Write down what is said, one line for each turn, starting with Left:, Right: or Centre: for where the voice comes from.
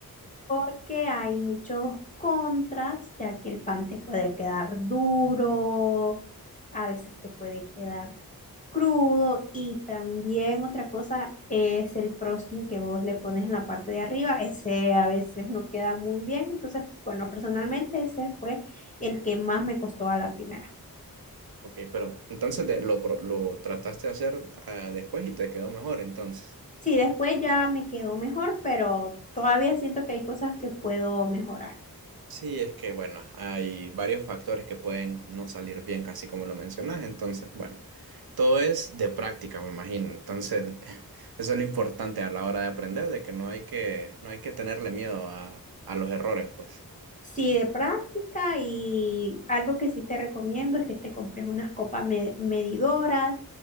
Left: porque hay muchos contras, ya que el pan te puede quedar duro, a veces te puede quedar crudo y también otra cosa es el frosting que vos le pones en la parte de arriba, ese a veces no queda muy bien, entonces, bueno, personalmente ese fue el que más me costó a la primera.
Right: Ok, pero entonces te- lo, pro- lo trataste de hacer ah, después y te quedó mejor entonces.
Left: Sí, después ya me quedó mejor, pero todavía siento que hay cosas que puedo mejorar.
Right: Sí, es que bueno, hay varios factores que pueden no salir bien, casi como lo mencionas. Entonces, bueno, todo es de práctica, me imagino. Entonces, <laughs> eso es lo importante a la hora de aprender, de que no hay que, no hay que tenerle miedo a, a los errores, pues.
Left: Sí, de práctica y algo que sí te recomiendo es que te compres unas copas me- medidoras.